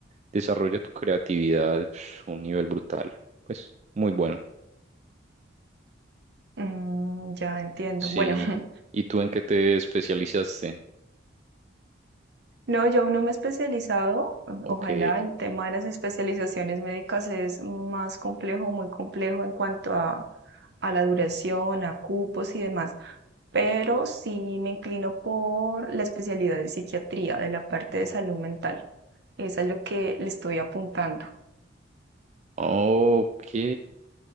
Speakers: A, on the right; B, on the right.
A: desarrolla tu creatividad pf, a un nivel brutal. Pues muy bueno.
B: Mm, ya entiendo.
A: Sí.
B: Bueno, <laughs>
A: ¿Y tú en qué te especializaste?
B: No, yo aún no me he especializado.
A: Ok.
B: Ojalá el tema de las especializaciones médicas es más complejo, muy complejo en cuanto a, a la duración, a cupos y demás. Pero sí me inclino por la especialidad de psiquiatría, de la parte de salud mental. Esa es lo que le estoy apuntando.
A: Ok.